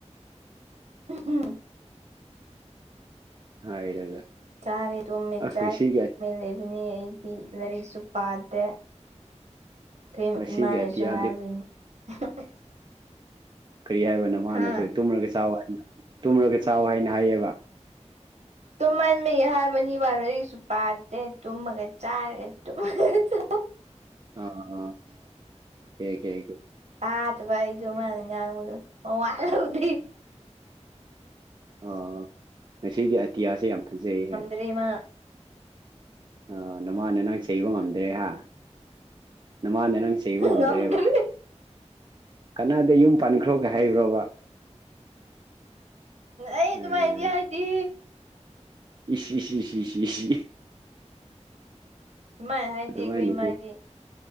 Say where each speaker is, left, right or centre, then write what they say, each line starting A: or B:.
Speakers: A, on the right; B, on the right.
A: ꯍꯝ
B: ꯍꯥꯏꯔꯒ
A: ꯆꯥꯔꯦ ꯇꯨꯝꯃꯦ
B: ꯑꯁ
A: ꯆꯥꯔꯦ
B: ꯉꯁꯤꯒꯤ
A: ꯇꯨꯝꯃꯦ ꯂꯩꯕꯅꯤ ꯑꯩ ꯁꯤ ꯂꯥꯏꯔꯤꯛꯁꯨ ꯄꯥꯗꯦ ꯑꯩꯈꯣꯏ
B: ꯉꯁꯤꯒꯤ
A: ꯏꯃꯥꯅꯁꯨ
B: ꯑꯇꯤꯌꯥꯗꯤ
A: ꯍꯥꯏꯕꯅꯤ <unintelligible>
B: ꯀꯔꯤ ꯍꯥꯏꯕꯅꯣ ꯃꯥꯅꯦꯁꯨ
A: ꯍꯥ
B: ꯇꯨꯝꯔꯒꯥ ꯆꯥꯎ ꯍꯥꯏꯅ ꯇꯨꯝꯔꯒꯥ ꯆꯥꯎ ꯍꯥꯏꯅ ꯍꯥꯏꯌꯦꯕ
A: ꯇꯨꯝꯍꯟꯕꯩ ꯍꯥꯏꯕꯅꯤꯕ ꯂꯥꯏꯔꯤꯁꯨ ꯄꯥꯗꯦ ꯇꯨꯝꯃꯒꯥ ꯆꯥꯔꯒꯥ ꯇꯨꯝꯒꯥ ꯆꯥꯔꯒꯥ
B: ꯑꯥ ꯑꯥ ꯑꯥ ꯀꯦ ꯀꯦ ꯀꯦ
A: ꯇꯥꯗꯕ ꯑꯩꯗꯨ ꯃꯥꯅ ꯉꯥꯡꯕꯗꯣ ꯃꯋꯥ ꯂꯧꯗꯦ
B: ꯑꯥ ꯉꯁꯤꯗꯤ ꯑꯇꯤꯌꯥꯁꯦ ꯌꯥꯝ ꯐꯖꯩꯍꯦꯛ
A: ꯔꯤꯃꯥ
B: ꯑꯥ ꯅꯃꯥꯟꯅꯦ ꯅꯪ ꯆꯩꯕ ꯉꯝꯗ꯭ꯔꯦ ꯍꯥ ꯅꯃꯥꯟꯅꯦ ꯅꯪ ꯆꯩꯕ ꯉꯝꯗ꯭ꯔꯦꯕ
A: ꯉꯝꯗ꯭ꯔꯦ
B: ꯀꯅꯥꯗꯦ ꯌꯨꯝ ꯄꯥꯟꯈ꯭ꯔꯣꯒꯥ ꯍꯥꯏꯕ꯭ꯔꯣꯕ
A: ꯑꯦ ꯑꯗꯨꯨꯃꯥꯏꯗꯤ
B: ꯑꯥ
A: ꯍꯥꯏꯗꯤ
B: ꯏꯁ ꯏꯁ ꯏꯁ ꯏꯁ ꯏꯁ
A: ꯑꯗꯨꯃꯥꯏꯅ ꯍꯥꯏꯗꯤ
B: ꯑꯗꯨꯃꯥꯏꯅꯗꯤ
A: ꯑꯩꯈꯣꯏ ꯏꯃꯥꯗꯤ